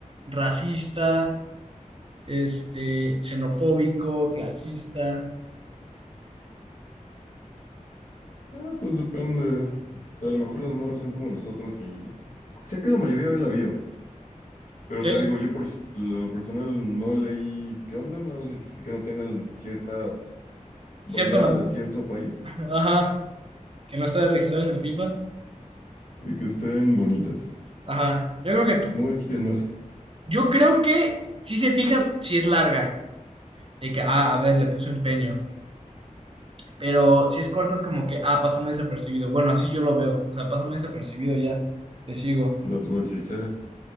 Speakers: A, on the right; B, on the left.
A: Racista, este, xenofóbico, clasista.
B: Ah, pues depende. A lo mejor las morras son como nosotros y sé que la mayoría ven la bio, pero
A: Sí,
B: te digo, yo por s- lo personal no leí qué onda, nada más me fijé que no tengan cierta bandera
A: cierto, man-
B: de cierto país
A: ajá, que no está registrado en el FIFA.
B: y que estén bonitas.
A: Ajá, yo creo que,
B: No es que no es.
A: yo creo que si se fijan, si es larga. de que, ah, a ver, le puso empeño. Pero si es corto, es como que, ah, pasó muy desapercibido. Bueno, así yo lo veo. O sea, pasó muy desapercibido ya. Le sigo.
B: That's what she says.